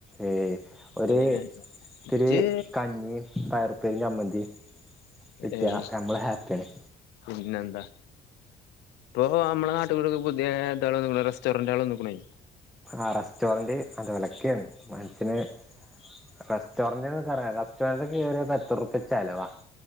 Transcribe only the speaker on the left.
ഏ
ഇജ്ജ്
ഏയ്
പിന്നെന്താ ഇപ്പൊ നമ്മള നാട്ടുകെ പുതിയ എന്താ പറയുന്ന റെസ്റ്റോറൻ്റ് വന്നേക്കണ്